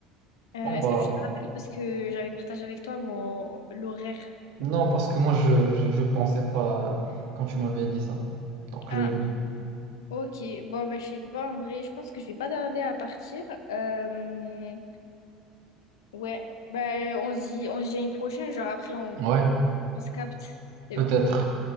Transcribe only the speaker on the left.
Euh,
est-ce
que tu te rappelles parce que j'avais partagé avec toi mon l'horaire?
Ah,
ok. Bon, ben, je sais pas en vrai. Je pense que je vais pas tarder à partir. Euh, Ouais, ben, on se dit, on se dit à une prochaine. Genre après, on,
on se capte. C'est
bon.